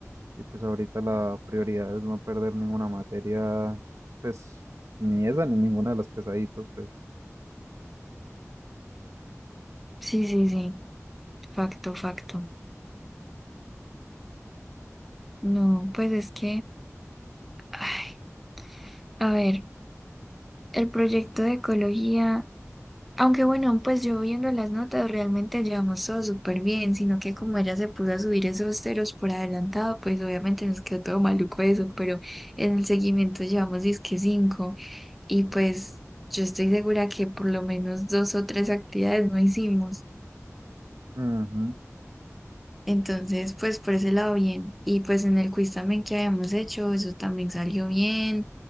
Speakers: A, on the right (about 70°); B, in the centre.
A: Y pues ahorita la prioridad es no perder ninguna materia, pues ni esa ni ninguna de las pesaditas, pues.
B: Sí, sí, sí, facto, facto. No, pues es que, ay, a ver, el proyecto de ecología. Aunque bueno, pues yo viendo las notas realmente llevamos todo súper bien, sino que como ella se puso a subir esos ceros por adelantado, pues obviamente nos quedó todo maluco eso, pero en el seguimiento llevamos disque cinco y pues yo estoy segura que por lo menos dos o tres actividades no hicimos.
A: Ujú,
B: Entonces, pues por ese lado bien. Y pues en el quiz también que habíamos hecho, eso también salió bien.